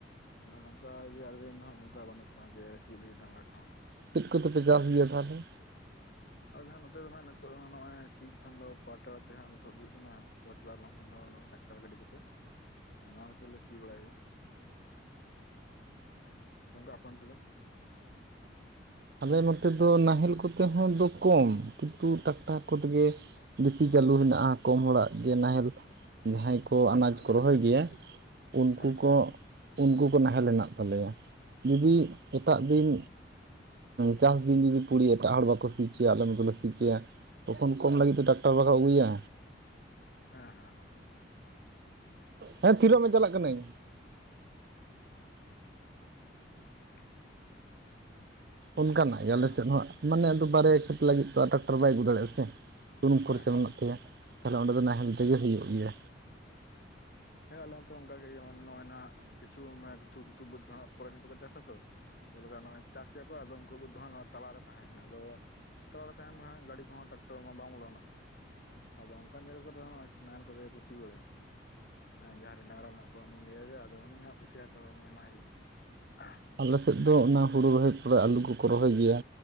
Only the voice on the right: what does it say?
ᱪᱮᱫ ᱠᱚᱛᱮᱯᱮ ᱪᱟᱥ ᱜᱮᱭᱟ ᱛᱟᱦᱚᱞᱮ?
ᱟᱞᱮ ᱱᱚᱛᱮ ᱫᱚ ᱱᱟᱦᱮᱞ ᱠᱚᱛᱮ ᱦᱚᱸ ᱫᱚ ᱠᱚᱢ, ᱠᱤᱱᱛᱩ ᱴᱟᱠᱴᱟᱨ ᱠᱚᱛᱮᱜᱮ ᱵᱮᱥᱤ ᱪᱟᱹᱞᱩ ᱦᱮᱱᱟᱜᱼᱟ, ᱠᱚᱢ ᱦᱚᱲᱟᱜ ᱜᱮ ᱱᱟᱦᱮᱞ ᱡᱟᱦᱟᱸᱭ ᱠᱚ ᱟᱱᱟᱡᱽ
ᱠᱚ
ᱨᱚᱦᱚᱭ
ᱜᱮᱭᱟ
ᱩᱱᱠᱩ
ᱠᱚ ᱩᱱᱠᱩ ᱠᱚ ᱱᱟᱦᱮᱞ ᱦᱮᱱᱟᱜ ᱛᱟᱞᱮᱭᱟ, ᱡᱩᱫᱤ ᱮᱴᱟᱜ ᱫᱤᱱ ᱪᱟᱥ ᱫᱤᱱ ᱡᱩᱫᱤ ᱯᱩᱲᱭᱟᱹ ᱮᱴᱟᱜ ᱦᱚᱲ ᱵᱟᱠᱚ ᱥᱤᱪᱚᱭᱟ ᱟᱞᱮ ᱢᱚᱛᱚᱞᱮ ᱥᱤ ᱪᱚᱭᱟ ᱛᱚᱠᱷᱚᱱ ᱠᱚᱢ ᱞᱟᱹᱜᱤᱫ ᱫᱚ ᱴᱟᱠᱴᱟᱨ ᱵᱟᱠᱚ ᱟᱹᱜᱩᱭᱟ
ᱦᱮᱸ ᱛᱤᱨᱚᱜ ᱢᱮ ᱪᱟᱞᱟᱜ ᱠᱟᱹᱱᱟᱹᱧ᱾
ᱚᱱᱠᱟᱱᱟᱜ
ᱜᱮ ᱟᱞᱮ ᱥᱮᱫ ᱦᱚᱸ ᱢᱟᱱᱮ ᱵᱟᱨᱭᱟ ᱠᱷᱮᱛ ᱞᱟᱹᱜᱤᱫ ᱫᱚ ᱴᱨᱟᱠᱴᱟᱨ ᱵᱟᱭ ᱟᱹᱜᱩ ᱫᱟᱲᱮᱭᱟᱜᱼᱟ ᱥᱮ ᱥᱩᱱᱩᱢ
ᱠᱷᱚᱨᱪᱟ
ᱢᱮᱱᱟᱜ
ᱛᱟᱭᱟ ᱛᱟᱦᱚᱞᱮ ᱚᱸᱰᱮ ᱫᱚ ᱱᱟᱦᱮᱞ ᱛᱮᱜᱮ ᱦᱩᱭᱩᱜ ᱜᱮᱭᱟ᱾
ᱟᱞᱮ ᱥᱮᱫ ᱫᱚ ᱚᱱᱟ ᱦᱩᱲᱩ ᱨᱚᱦᱚᱭ ᱯᱚᱨᱨ ᱟᱹᱞᱩ ᱠᱚᱠᱚ ᱨᱚᱦᱚᱭ ᱜᱮᱭᱟ